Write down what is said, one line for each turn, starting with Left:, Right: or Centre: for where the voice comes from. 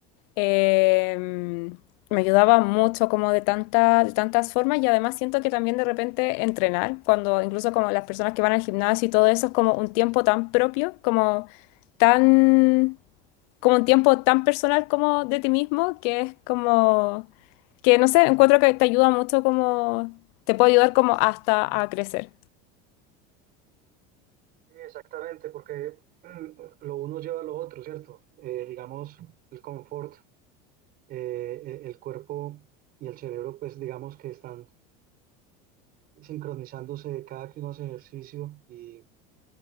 Left: Em, me ayudaba mucho como de tantas, de tantas formas y además siento que también de repente entrenar, cuando incluso como las personas que van al gimnasio y todo eso es como un tiempo tan propio, como tan, como un tiempo tan personal como de ti mismo, que es como, que no sé, encuentro que te ayuda mucho como, te puede ayudar como hasta a crecer.
Right: Sí, exactamente, porque <clears throat> mm, lo uno lleva a lo otro, ¿cierto? Eh, digamos, el confort. eh, e- el cuerpo y el cerebro, pues digamos que están sincronizándose cada que uno hace ejercicio y,